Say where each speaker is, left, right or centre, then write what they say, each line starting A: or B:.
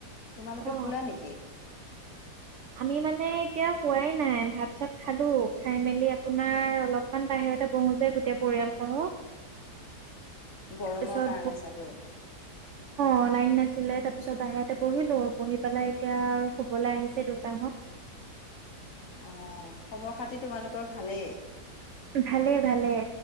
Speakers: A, on the left; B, on the right.
A: তোমালোকে
B: অ',
A: শুলা নেকি?
B: আমি মানে এতিয়া শুৱাই নাই, ভাত চাত খালোঁ। খাই মেলি আপোনাৰ অলপমান বাহিৰত ইয়াতে বহো যে, গোটেই পৰিয়ালসহ।
A: গৰমৰ
B: তাৰপিছত
A: কাৰণে চাগৈ।
B: অহ' লাইন নাছিলে, তাৰপিছত বাহিৰতে পঢ়িলো। পঢ়ি পেলাই এতিয়া আৰু শুবলৈ আহিছে দেউতাহঁত।
A: অহ'। খবৰ খাতি তোমালোকৰ ভালেই।
B: ভালেই, ভালেই।